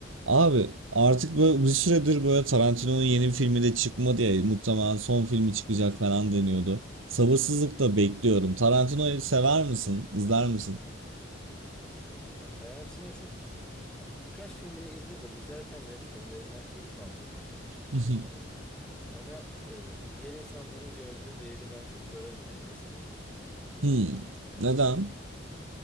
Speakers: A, on the right; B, in the centre.
A: Abi artık böyle bir süredir böyle Tarantino'nun yeni bir filmi de çıkmadı ya muhtemelen son filmi çıkacak falan deniyordu. Sabırsızlıkla bekliyorum. Tarantino'yu sever misin? İzler misin?
B: Ya Tarantino çok birkaç filmini izledim. İzlerken de hep filmlerinden keyif aldım.
A: <laughs>
B: Ee, ama e, diğer insanların gördüğü değeri ben çok göremedim sanırım.
A: Hmm,
B: Yani
A: Neden?